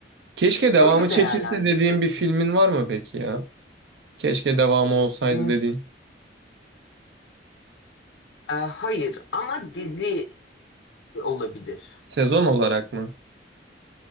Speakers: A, on the right; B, on the left.
A: Keşke devamı
B: öyle
A: çekilse
B: değerlendireceksin.
A: dediğim bir filmin var mı peki ya? Keşke devamı olsaydı
B: Hmm,
A: dediğin.
B: e, hayır ama dizi olabilir.
A: Sezon olarak mı?